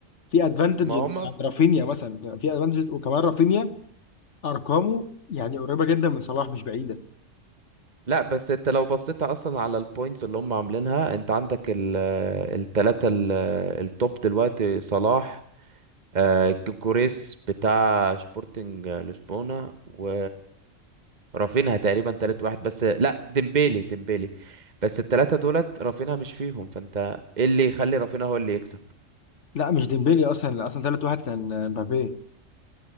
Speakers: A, on the left (about 70°); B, on the right (about 40°).
A: في ادفانتج
B: ما
A: عند
B: هم
A: رافينيا مثلا يعني في ادفانتج وكمان رافينيا ارقامه يعني قريبة جدا من صلاح مش بعيدة
B: لا بس انت لو بصيت اصلا على البوينتس اللي هم عاملينها انت عندك ال- آه، التلاتة ال- التوب دلوقتي صلاح آه، كوكوريس بتاع شبورتنج لشبونة و رافينها تقريبا تالت واحد بس لا ديمبيلي ديمبيلي بس التلاتة دولت رافينها مش فيهم فانت ايه اللي يخلي رافينها هو اللي يكسب
A: لا مش ديمبلي اصلا اصلا ثالث واحد كان امبابي